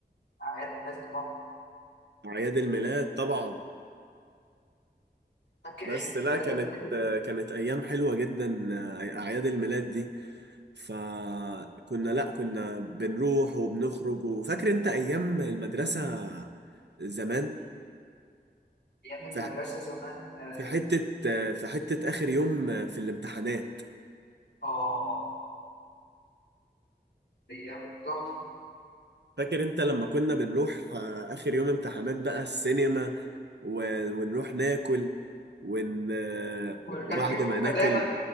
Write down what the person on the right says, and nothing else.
أعياد الميلاد طبعا
بس
لا
كانت آه، كانت أيام حلوة جدا آه، أعياد الميلاد دي فكنا لا كنا بنروح وبنخرج وفاكر أنت أيام المدرسة زمان
في
في حتة آه، في حتة آخر يوم آه، في الامتحانات
فاكر انت لما كنا بنروح آه، اخر يوم امتحانات بقى السينما و- ونروح ناكل ون... آه،
وبعد
ما ناكل